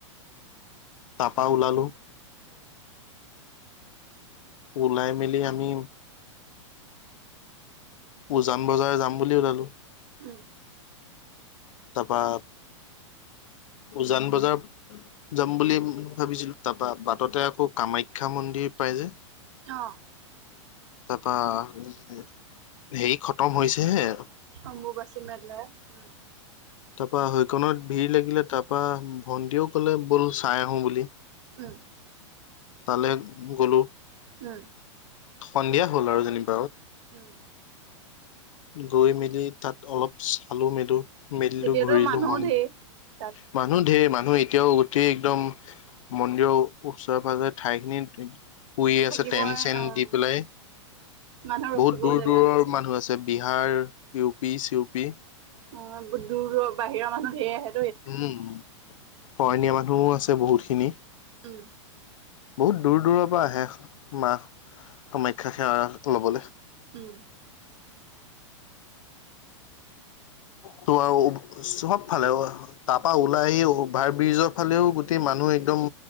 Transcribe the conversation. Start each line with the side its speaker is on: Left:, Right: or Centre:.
Left: তাপা ওলালো
Right: উম
Left: ওলাই মেলি আমি উজান বজাৰ যাম বুলি ওলালো
Right: উম
Left: তাৰপা উজান বজাৰ যাম বুলি ভাবিছিলো তাৰ পা বাটতে আকৌ কামাখ্যা মন্দিৰ পাই যে
Right: অ
Left: তাৰপা হেৰি খতম হৈছে হে
Right: অম্বুবাচী মেলা উম
Left: তাৰপা সৈকণত ভিৰ লাগিলে তাৰপা ভন্টিও কলে ব'ল চাই আহো বুলি
Right: উম,
Left: তালৈ গলো
Right: উম
Left: সন্ধিয়া হ'ল আৰু যেনিবা
Right: উম
Left: গৈ মেলি তাত অলপ চালো মেলো মেলিলো
Right: এতিয়াতো
Left: ঘূৰিলো
Right: মানুহো
Left: মন্দিৰ
Right: ধেৰ তাত
Left: মানুহ ধেৰ মানুহ এতিয়াও উঠি একদম মন্দিৰৰ ওচৰে পাজৰে ঠাইখিনি শুই
Right: থাকিবই
Left: আছে টেন্ট চেন
Right: অ'
Left: দি পেলাই
Right: মানুহ ৰখিবও
Left: বহুত দূৰ
Right: জেগা
Left: দূৰৰ
Right: নাই চাগে।
Left: মানুহ আছে বিহাৰ ইউ পি চিউ পি
Right: অ' বহুত দূৰ দূৰৰ বাহিৰৰ মানুহ ধেৰ আহে
Left: উম শৰণীয়া মানুহও আছে বহুত খিনি
Right: উম
Left: বহুত দূৰ দূৰৰ পৰা আহে মা কামাখ্যা সেৱা লবলে।
Right: উম।
Left: ত আৰু সব ফালে তাৰপা ওলাই আহি অভাৰ' ব্ৰিজৰ ফালেও গোটেই মা মানুহ একদম